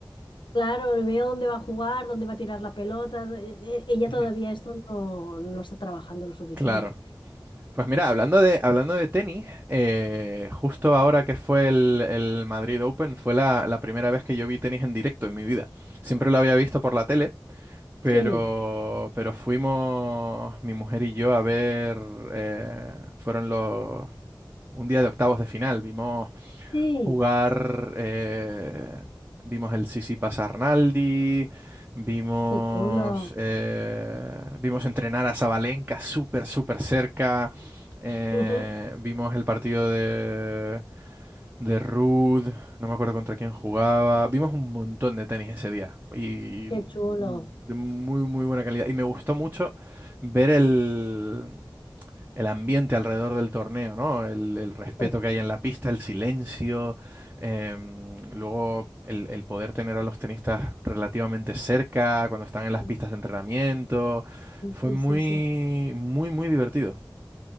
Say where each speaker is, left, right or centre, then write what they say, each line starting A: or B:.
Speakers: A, on the left; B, on the right.
A: claro, veo dónde va a jugar, dónde va a tirar la pelota, eh, eh, ella
B: Ujú.
A: todavía esto no, no lo está trabajando lo suficiente.
B: Claro. Pues mira, hablando de, hablando de tenis, eh, justo ahora que fue el, el Madrid Open, fue la, la primera vez que yo vi tenis en directo en mi vida. Siempre lo había visto por la tele, pero,
A: Sí,
B: pero fuimos mi mujer y yo a ver, eh, fueron los, un día de octavos de final, vimos
A: sí.
B: jugar. eh, vimos el Sisi Arnaldi, vimos,
A: Qué chulo.
B: eh, vimos entrenar a Sabalenka súper, súper cerca. eh,
A: Ujú,
B: vimos el partido de, de Ruud, no me acuerdo contra quién jugaba. Vimos un montón de tenis ese día y
A: Qué chulo.
B: de muy, muy buena calidad. Y me gustó mucho ver el, el ambiente alrededor del torneo, ¿no? El, el respeto
A: Sí,
B: que hay en la pista, el silencio, em, luego el, el poder tener a los tenistas relativamente cerca cuando están en las
A: sí,
B: pistas de entrenamiento. Fue
A: sí,
B: muy,
A: sí, sí.
B: muy, muy divertido.